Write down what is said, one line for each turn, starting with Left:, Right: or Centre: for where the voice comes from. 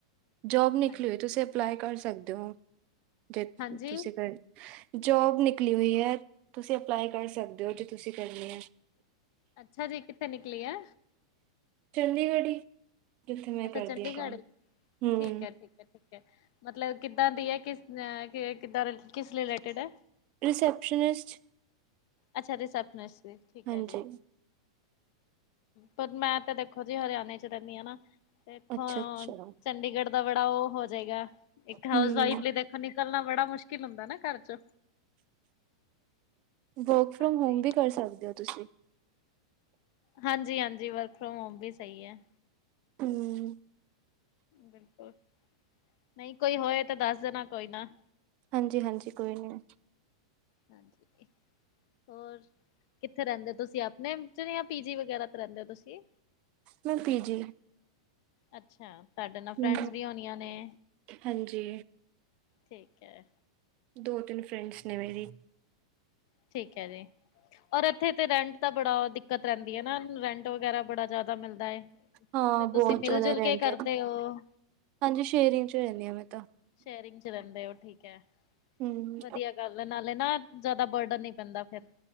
Right: ਜੋਬ ਨਿਕਲੀ
Left: ਹਾਂਜੀ
Right: ਹੋਈ, ਤੁਸੀਂ
Left: ਹਾਂਜੀ
Right: ਅਪਲਾਈ ਕਰ ਸਕਦੇ ਹੋ। ਜੇ
Left: ਹਾਂਜੀ
Right: ਤੁਸੀਂ ਕਰ ਜੋਬ ਨਿਕਲੀ ਹੋਈ ਹੈ। ਤੁਸੀਂ ਅਪਲਾਈ ਕਰ ਸਕਦੇ ਹੋ, ਜੋੇ ਤੁਸੀਂ ਕਰਨੀ ਹੈ।
Left: ਅੱਛਾ ਜੀ। ਕਿੱਥੇ ਨਿਕਲੀ ਹੈ?
Right: ਚੰਡੀਗੜ੍ਹ ਜਿੱਥੇ ਮੈਂ
Left: ਅੱਛਾ
Right: ਕਰਦੀ
Left: ਚੰਡੀਗੜ੍ਹ
Right: ਹਾਂ ਕੰਮ। ਹਮਮ।
Left: ਠੀਕ ਹੈ ਠੀਕ ਹੈ ਠੀਕ ਹੈ। ਮਤਲਬ ਕਿੱਦਾਂ ਦੀ ਹੈ? ਕਿੱਦਾਂ ਕਿਸ ਰਿਲੇਟਿਡ ਹੈ?
Right: ਰਿਸੈਪਸ਼ਨਨਿਸਟ।
Left: ਅੱਛਾ। ਰਿਸੈਪਸ਼ਨਿਸਟ ਦੀ ਠੀਕ
Right: ਹਾਂਜੀ,
Left: ਹੈ ਜੀ। ਪਰ ਮੈਂ ਤੇ ਦੇਖੋ ਜੀ ਹਰਿਆਣੇ ਚ ਰਹਿੰਦੀ ਹਾਂ ਨਾ, ਤੇ ਇੱਥੋਂ
Right: ਅੱਛਾ-ਅੱਛਾ।
Left: ਚੰਡੀਗੜ੍ਹ ਦਾ ਬੜਾ ਉਹ ਹੋ ਜਾਏਗਾ। ਇੱਕ ਹਾਊਸ
Right: ਹੂੰ,
Left: ਵਾਈਫ ਲਈ ਦੇਖੋ ਨਿਕਲਣਾ ਬੜਾ ਮੁਸ਼ਕਿਲ ਹੁੰਦਾ ਨਾ ਘਰ ਚੋਂ।
Right: ਵਰਕ ਫਰੋਮ
Left: ਹਾਂਜੀ
Right: ਹੋਮ ਵੀ ਕਰ ਸਕਦੇ ਹੋ ਤੁਸੀਂ।
Left: ਹਾਂਜੀ - ਹਾਂਜੀ। ਵਰਕ ਫਰੋਮ ਹੋਮ ਵੀ ਸਹੀ ਹੈ।
Right: ਹਮ।
Left: ਬਿਲਕੁਲ ਨਹੀਂ ਕੋਈ ਹੋਏ ਤਾਂ, ਦੱਸ ਦੇਣਾ ਕੋਈ ਨਾ।
Right: ਹਾਂਜੀ-ਹਾਂਜੀ। ਕੋਈ ਨੀ ਏ।
Left: ਹਾਂਜੀ। ਹੋਰ ਕਿੱਥੇ ਰਹਿੰਦੇ ਤੁਸੀਂ? ਆਪਣੇ ਚ ਜਾਂ ਪੀਜੀ ਵਗੈਰਾ ਤੇ ਰਹਿੰਦੇ ਹੋ ਤੁਸੀਂ
Right: ਮੈ ਪੀਜੀ।
Left: ਅੱਛਾ। ਤੁਹਾਡੇ ਨਾਲ
Right: ਹੂੰ,
Left: ਫਰੈਂਡਸ ਵੀ ਹੋਣੀਆਂ ਨੇ।
Right: ਹਾਂਜੀ।
Left: ਠੀਕ ਹੈ।
Right: ਦੋ ਤਿੰਨ ਫਰੈਂਡਸ ਨੇ ਮੇਰੀ।
Left: ਠੀਕ ਹੈ ਜੀ। ਔਰ ਇੱਥੇ ਤੇ ਰੈਂਟ ਦਾ ਬੜਾ ਦਿੱਕਤ ਰਹਿੰਦੀ ਹੈ ਨਾ। ਰੈਂਟ ਵਗੈਰਾ ਬੜਾ ਜਿਆਦਾ ਮਿਲਦਾ ਹੈ
Right: ਹਾਂ
Left: ਤੇ ਤੁਸੀਂ
Right: ਬਹੁਤ
Left: ਮਿਲ
Right: ਜ਼ਿਆਦਾ
Left: ਜੁਲ
Right: ਰੈਂਟ
Left: ਕੇ ਕਰਦੇ
Right: ਐ।
Left: ਹੋ?
Right: ਹਾਂਜੀ। ਸ਼ੇਅਰਿੰਗ ਚ ਰਹਿੰਦੀ ਹਾਂ ਮੈਂ ਤਾਂ।
Left: ਸ਼ੇਅਰਿੰਗ ਚ ਰਹਿੰਦੇ ਹੋ, ਠੀਕ ਹੈ।
Right: ਹੂੰ,
Left: ਵਧੀਆ ਗੱਲ ਹੈ ਨਾਲੇ ਨਾ ਜ਼ਿਆਦਾ ਵਰਡਨ ਨਹੀਂ ਪੈਂਦਾ ਫੇਰ।